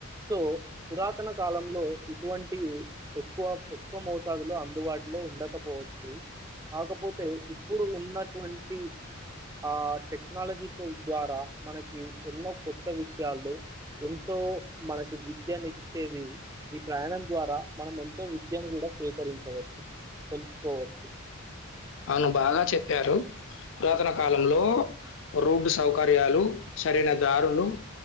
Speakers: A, on the right; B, on the left.
A: సో పురాతన కాలంలో ఇటువంటి ఎక్కువ ఎక్కువ మోతాదులో అందుబాట్ లో ఉండకపోవచ్చు కాకపోతే ఇప్పుడు ఉన్నట్వంటి ఆ టెక్నాలజీతో ద్వారా మనకి ఎన్నో కొత్త విషయాలు ఎంతో మనకి విద్యనిచ్చేది ఈ ప్రయాణం ద్వారా మనం ఎంతో విద్యను కుడా స్వీకరించవచ్చు తెలుస్కోవచ్చు
B: అవును బాగా చెప్పారు పురాతన
A: హ్మ్.
B: కాలంలో రోడ్డు సౌకర్యాలు సరైన దారులు